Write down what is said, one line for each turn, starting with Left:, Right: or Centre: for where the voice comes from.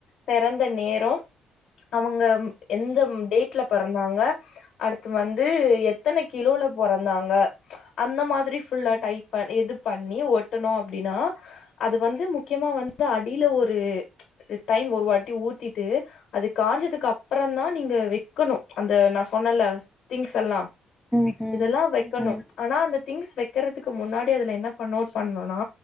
Left: பெறந்த நேரோ அவுங்க ம் எந்த ம் டேட்ல பெறந்தாங்க அடுத்து வந்து எத்தன கிலோல பொறந்தாங்க அந்த மாதிரி ஃபுல்லா
Centre: ம் ம்
Left: எடைப் இது பண்ணி ஒட்டணு அப்டின்னா அது வந்து முக்கியமா வந்து அடியில ஒரு இந்த டைம் ஒரு வாட்டி ஊத்திட்டு அது காஞ்சதுக்கு அப்பறந்தா நீங்க வெக்கணு அந்த நா சொன்னல்ல திங்ஸ் எல்லா
Centre: ம்ஹ்ம்
Left: இதெல்லா வெக்கணு
Centre: ம்ஹ்ம்
Left: ஆனா அந்த திங்ஸ் வெக்கறதுக்கு முன்னாடி அதுல என்ன பன் நோட் பன்னொன்னா